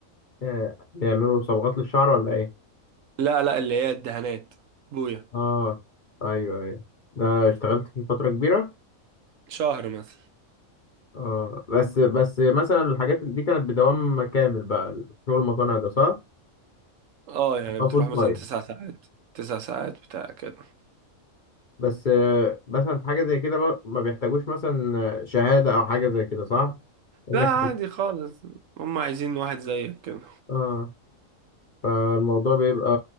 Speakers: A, on the left; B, on the right.
A: آه، بيعملوا صبغات للشعر ولا ايه
B: لا لا اللي هي الدهانات بويا
A: اه ايوه ايوه ده اشتغلت فيه فترة كبيرة
B: شهر مثلا
A: اه بس بس مثلا الحاجات دي كانت بدوام كامل بقى شغل المصانع ده صح؟
B: اه يعني
A: اه
B: بتروح
A: فول
B: مثلا
A: تايم
B: تسع ساعات تسع ساعات بتاع كده
A: بس آه، مثلا في حاجة زي كده بقى ما بيحتاجوش مثلا شهادة أو حاجة زي كده صح؟ إنك
B: لا عادي خالص هم عايزين واحد زيك كده
A: اه فالموضوع بيبقى